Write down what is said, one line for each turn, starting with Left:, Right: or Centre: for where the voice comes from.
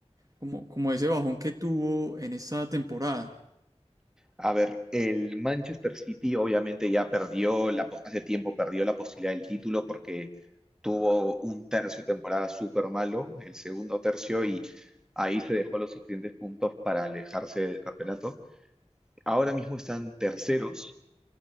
Right: como, como ese bajón que tuvo en esta temporada?
Centre: A ver, el Manchester City obviamente ya perdió, la, pos- hace tiempo perdió la posibilidad del título porque tuvo un tercio de temporada súper malo, el segundo tercio, y ahí se dejó los suficientes puntos para alejarse del campeonato. Ahora mismo están terceros